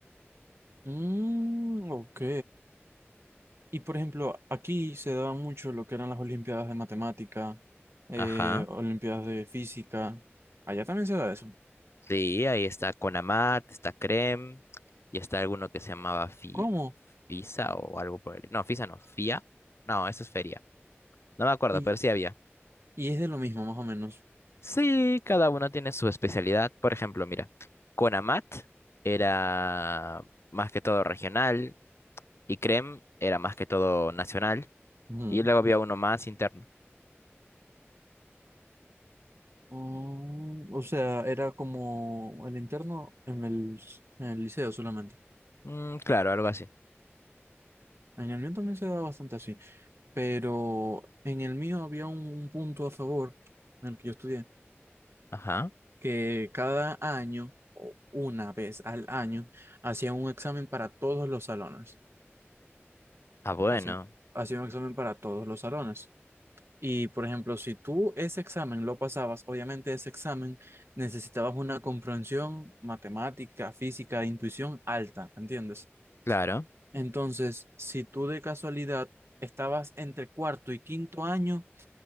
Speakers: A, on the right; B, on the left.
A: Mm, ok. Y por ejemplo, aquí se daba mucho lo que eran las olimpiadas de matemática, eh,
B: Ajá.
A: olimpiadas de física. Allá también se da eso.
B: Sí, ahí está Conamat, está Crem, y está alguno que se llamaba Fi-
A: ¿Cómo?
B: Fisa o algo por el... No, Fisa no, Fia. No, eso es Feria. No me acuerdo,
A: Y,
B: pero sí había.
A: y es de lo mismo, más o menos.
B: Sí, cada uno tiene su especialidad. Por ejemplo, mira, Conamat era más que todo regional y Crem era más que todo nacional.
A: Ujú.
B: Y luego había uno más interno.
A: Mm, o sea, era como el interno en el, en el liceo solamente.
B: Mm, claro, algo así.
A: En el mío también se daba bastante así, pero en el mío había un, un punto a favor en el que yo estudié,
B: Ajá.
A: que cada año, o una vez al año, hacían un examen para todos los salones.
B: Ah, bueno,
A: Hacían, hacían un examen para todos los salones. Y, por ejemplo, si tú ese examen lo pasabas, obviamente ese examen necesitabas una comprensión matemática, física, intuición alta, ¿entiendes?
B: claro.
A: Entonces, si tú de casualidad estabas entre cuarto y quinto año,